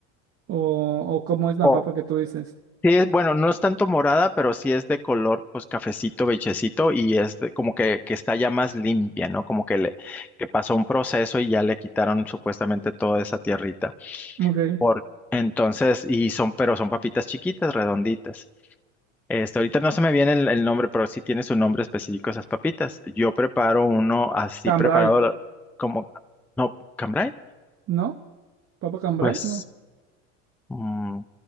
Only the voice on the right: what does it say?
o, o cómo es la
papa que tú dices.
Ok,
cambray,
¿no? ¿Papa cambray?
No,